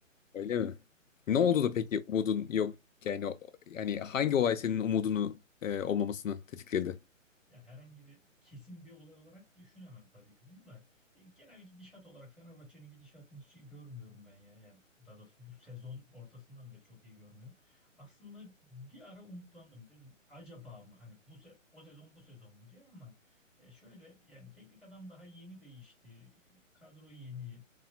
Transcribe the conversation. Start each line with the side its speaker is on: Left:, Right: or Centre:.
Left: Öyle mi? Ne oldu da peki umudun yok? Yani o- yani hangi olay senin umudunu e, olmamasını tetikledi?
Centre: Ya herhangi bir kesin bir olay olarak düşünemem tabii ki bunu da. E, genel gidişat olarak Fenerbahçe'nin gidişatını hiç iyi görmüyorum ben ya. Yani daha doğrusu bu sezon ortasından beri çok iyi görmüyorum. Aslında bir ara umutlandım dedim acaba mı hani bu se- o sezon bu sezon mu diye ama ya şöyle yani teknik adam daha yeni değişti. Kadro yeni.